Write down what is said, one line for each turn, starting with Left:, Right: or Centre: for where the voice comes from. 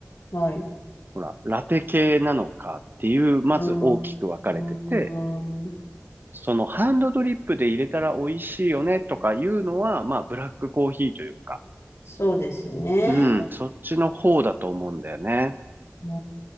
Left: はい。う
Right: ほら、ラテ系なのかっていう、まず大きく分かれてて、
Left: ーん、うーん
Right: そのハンドドリップで入れたら美味しいよねとかいうのは、まあブラックコーヒーというか、
Left: そうですね。
Right: うん、そっちの方だと思うんだよね。
Left: うー